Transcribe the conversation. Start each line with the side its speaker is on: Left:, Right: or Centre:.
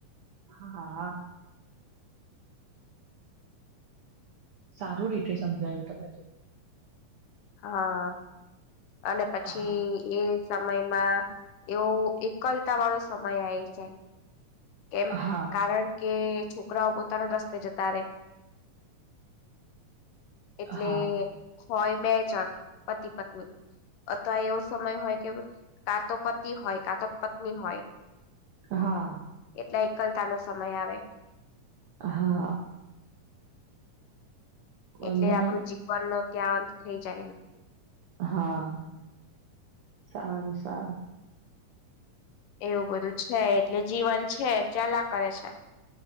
Right: હા સારું રીતે સમજાયું તમે તો
Left: હા અને પછી
Right: હા
Left: એ સમયમાં એવો એકલતા વાળો સમય આવી જાય કેમ
Right: હા
Left: કારણ કે છોકરાઓ પોતાના રસ્તે જતા રહેે એટલે
Right: હા
Left: હોય બે જણ, પતિ-પત્ની. અથવા એવો સમય હોય કે કાતો પતિ હોય, કાતો પત્ની હોય.
Right: હા.
Left: એટલે એકલતા નો સમય આવે.
Right: હા વાંધો
Left: એટલે આપણું
Right: નહી
Left: જીવનનો ત્યાં અંત થઇ જાય, એમ.
Right: હા, સારું સારું.
Left: એવું બધું છે એટલે જીવન છે, ચલયા કરે છે.